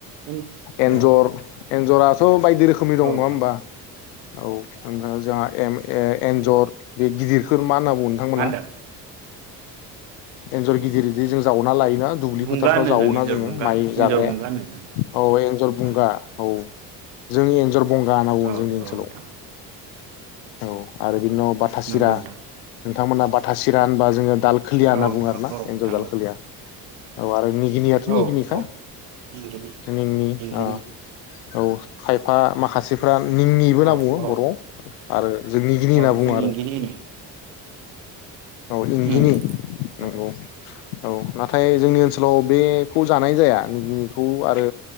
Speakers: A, on the right (about 75°); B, on the left (about 80°).
A: उम
B: एन्जर
A: औ
B: एन्जराथ' बायदि रोखोमनि दं
A: औ नोंथां
B: नङा होमबा?
A: औ
B: औ नोंथां जोंहा एम ए एन्जर बे गिदिरखौ मा होनना बुङो नोंथांमोना?
A: मा होनदों
B: एन्जर गिदिर जे जों जावो ना लायोना दुब्लि
A: बुंगा
B: फोथारफ्राव
A: होनो
B: जावोना
A: जों एन्जर
B: जोङो
A: बुंगा
B: माइ
A: एन्जर
B: जाग्राया।
A: बुंगा होनो जों
B: औ एन्जर बुंगा।
A: उम
B: औ जों एन्जर बंगा होनना बुङो
A: औ
B: जोंनि ओनसोलाव।
A: नोंथां
B: औ आरो बिनि उनाव बाथासिरा
A: नंगौ नोंथां
B: थांमोना बाथासिरा होनबा जोङो दाल खोलिया होनना
A: औ
B: बुङो
A: नोंथां
B: आरोना
A: औ
B: एन्जर
A: नोंथां
B: जाल
A: औ
B: खोलिया। औ आरो नि गिनियाथ' निगिनिखा
A: औ औ एंगिनि
B: मानि मि
A: एंगिनि
B: आ औ खायफा माखासेफ्रा निंनिबो होनना
A: औ
B: बुङो
A: औ
B: बर'वाव। आरो जों निगिनि होनना
A: औ
B: बुङो
A: जों इंगिनिनो
B: आरो। औ इंगिनि।
A: उम
B: नोंगौ।
A: औ
B: औ नाथाय जोंनि ओनसोलाव बे खौ जानाय जाया निगिनिखौ आरो